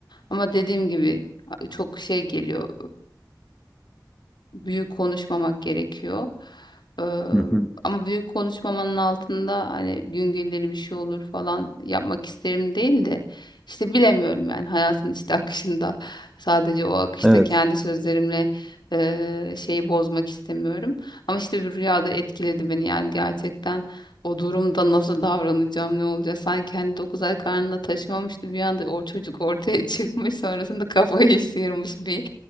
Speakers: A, on the left; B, in the centre.
A: Ama dediğim gibi a- çok şey geliyor büyük konuşmamak gerekiyor. Ee,
B: Hı hı.
A: ama büyük konuşmamanın altında hani gün gelir bir şey olur falan yapmak isterim değil de işte bilemiyorum yani hayatın işte akışında sadece o akışta
B: Evet.
A: kendi sözlerimle e, şeyi bozmak istemiyorum. Ama işte bir rüyada etkiledi beni yani gerçekten o durumda nasıl davranacağım ne olacak sanki hani 9 ay karnında taşımamıştı bir anda o çocuk ortaya <laughs> çıkmış sonrasında kafayı <laughs> sıyırmış bir